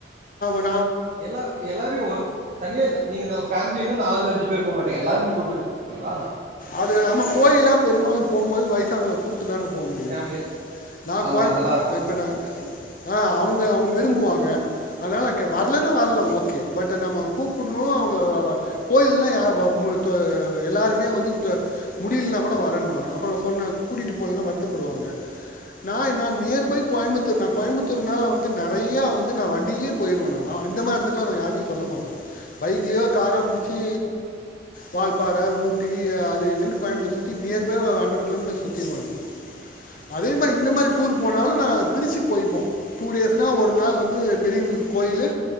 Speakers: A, on the left; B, on the right.
A: நா
B: எல்லா எல்லாரையு ஒருத் தனியா நீங்க நா ஃபேமிலி இன்ன நாலு அஞ்சு பேர் போக மாட்டே எல்லாருமே கூட்டுட்டு <inaudible> ங்களா
A: அது ஆமா கோயிலா பெரும்பாலும் போம்போது வயசாங்கல கூட்டு தானே போ முடியு
B: ஃபேமிலியா
A: நா
B: ஆமா
A: கோயம்
B: நல்லா இருக்கும்
A: இப்ப
B: ஆமா
A: நா
B: அது கரெக்ட் தான்
A: ஆ அவுங்க அவுங்க விரும்புவாங்க அதனால க வரலனா
B: ஆமா
A: வரல ஓகே பட் நம்ம கூப்புடுனு அவுங்கல <unintelligible> அ மு து எல்லாருமே வந்து த முடியலனா கூட வரன்னுவாங்க அப்புறம் சொன்ன கூட்டிட்டு போலனா வருத்தப்படுவாங்க நா நா நியர்பை கோய முத்தூர் நா கோயம்பத்தூர்னால வந்து நறையா வந்து நா வண்டிலேய போயிருவே நா இந்த மாரி எடத்துக்லா நா யார்ட்டயு சொல்ல மாட்டே பைக்லயோ காரோ புடிச்சி வால்பாற ஊட் டி அ து இதுன்ட்டு கோயம்புத்தூர் சுத்திட்டு நியர்பை ஒரு ஹண்ட்ரட் கிலோமீட்டர் சுத்திடுவோ நாங்க அதே மாரி இந்த மாரி டூர் போனாலு நா திருச்சி போய்ப்போ டூ டேஸ்னா ஒரு நாள் வந்து பெரியவுங்களுக்கு கோயிலு